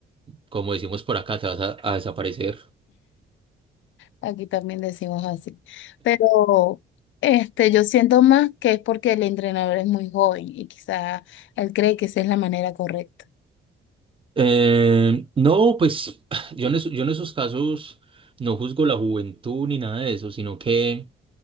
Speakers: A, on the right (about 25°); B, on the left (about 75°).
A: como decimos por acá, te vas a, a desaparecer.
B: Aquí también decimos así. Pero este, yo siento más que es porque el entrenador es muy joven y quizá él cree que esa es la manera correcta.
A: Eh, no, pues <sighs> yo en, eso- yo en esos casos no juzgo la juventud ni nada de eso, sino que